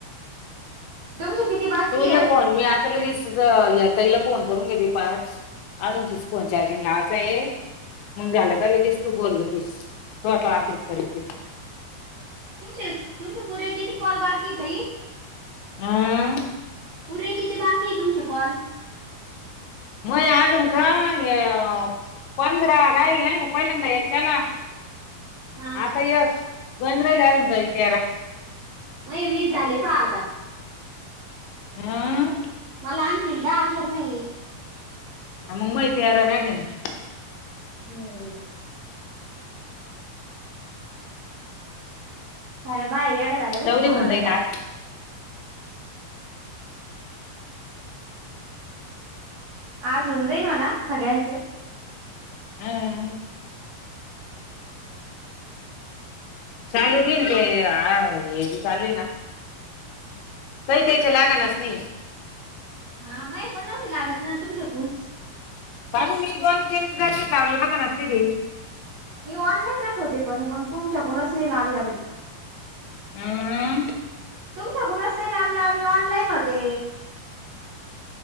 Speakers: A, on the right (about 55°); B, on the left (about 80°).
A: तुमचे किती बाकी
B: ठूनं
A: आहे
B: फोन मी आंता लगेच ताईला फोन करूंन घेते पांच अजूंन तिचं फोन चार्जिंग लावचंय आहे मंग झालं कां लगेच तूं बोललं तीस तूं तो अभ्यांस करीस घे
A: तुंमचे -तुंमचे पुरे किती कॉल बाकी आहेतं ओ ताई
B: हम्मं
A: पुरे किती बाकी आहे तुमचे कॉल
B: मंये आजुंन कायं हे अं पंधरा कांहीं पहिल्यांदा एक केलां
A: हा
B: आंता एक गणं राहिले बाई अजूंन तेरां
A: मंये वीस झाले पहां आतां
B: रं
A: मलां आणखीन दहा करंण आहे
B: हं बाई मंग माहित तेरा राहिलं नां
A: हम्मं साऱ्या बायां येडयां झालं बाई
B: जाऊ
A: फोना
B: दे होऊन
A: ले
B: जाईन
A: यां
B: आज
A: आंज होऊन जाईन म्हणां सगळ्यांचे
B: हम्मं चालूं बी ते अं हेंच चालूं आहे नां कांहीं कांहींचे लागणांरच नाहीं
A: हां मये पणं नव्हती लागतं नां तुमच्यांकूंण
B: बालूं मी दोन तीन जशी लावण्यां लागतं नां सिरी
A: मी ऑनलाईनच होते पणं मंग तुमच्यां फोनचं नाही लागलां बाई
B: अ
A: तुमच्यां फोन चं नाहीं लागलां मी ऑनलाईन होते